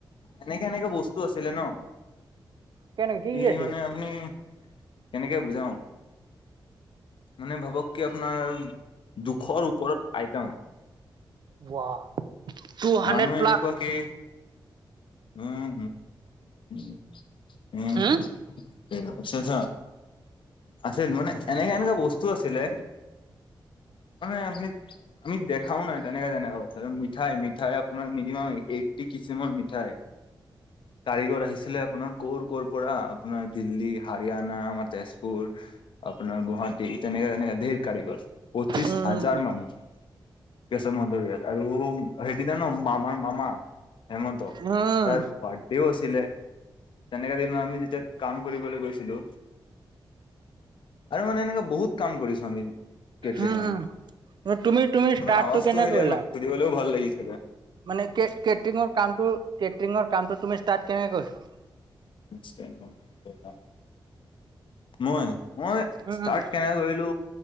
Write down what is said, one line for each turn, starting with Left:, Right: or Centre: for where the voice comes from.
Left: এনেকে এনেকে বস্তু আছিলে ন।
Right: কেনেকে কি
Left: ই
Right: কি আছিলে
Left: মানে আপুনি কেনেকে বুজাও। মানে ভাবক কি আপোনাৰ দুখৰ ওপৰত আইটম।
Right: ৱাহ। টু হাণ্ড্ৰেড
Left: মানুহ
Right: প্লাছ
Left: এনেকুৱা কি উম। <unintelligible>
Right: হম
Left: আছিল মানে এনেকা এনেকা বস্তু আছিলে। মানে আপুনি আমি দেখাও নাই তেনেকে তেনেকা বস্তু আছিলে, মিঠাই মিঠ। মিঠাই আপোনাৰ মিনিমাম এইটটি কিছুৰ মিঠাই। কাৰিগৰ আহিছিলে আপোনাৰ ক কৰ'ৰ পৰা আপোনাৰ দিল্লী হাৰিয়ানা আমাৰ তেজপুৰ। আপোনাৰ গুৱাহাটী তেনেকে তেনেকে ধেৰ কাৰিকৰ। পঁচিশ
Right: উম,
Left: হাজাৰ মানুহ কেশৱ মন্দৰ বিয়াত। আৰু সেইদিনা ন মামাৰ মামা হেমন্ত
Right: উম,
Left: তাৰ বা। দেও আছিলে তেনেকা দিনত আমি যেতিয়া কাম কৰিবলৈ গৈছিলো। আৰু মানে এনেকা বহুত কাম কৰিছো আমি। কেট্ৰিংৰ
Right: উম, তুমি তুমি
Left: মানে
Right: ষ্টাৰ্টটো
Left: আৱাজটো
Right: কেনে
Left: আহিলে
Right: কৰিলা?
Left: অলপ সুনিবলৈও ভাল লাগিছে।
Right: মানে কেট্ৰিংৰ কাম কেট্ৰিংৰ কামটো তুমি ষ্টাৰট কেনেকে কৈছা।
Left: <unintelligible> মই মই
Right: উম,
Left: স্তাত
Right: উম,
Left: কেনে কৰিলো